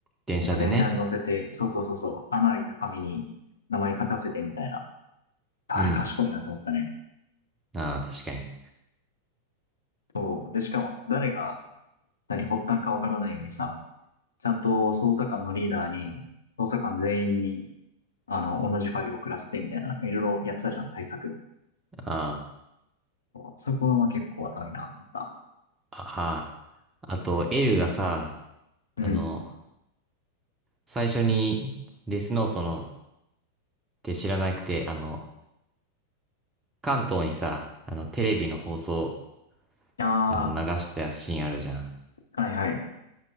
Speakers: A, on the right; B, on the left.
A: 電車でね。
B: なんか電車に乗せて、そうそうそうそう、穴開いた紙に名前書かせてみたいな。あれ賢いなと思ったね。
A: うん。ああ、確かに。
B: そう。で、しかも誰が何発端かわからないようにさ、ちゃんと捜査官のリーダーに、捜査官全員に、あの、同じファイルを送らせてみたいな、いろいろやってたじゃん、対策。
A: あ
B: そこは結構頭いいなと思った。
A: あ、ああ。あと、エルがさ、
B: うん。
A: あの、最初にデスノートのって知らなくて、あの、関東にさ、あの、テレビの放送、
B: あ
A: あの、流したシーンあるじゃん。
B: あ、はいはい。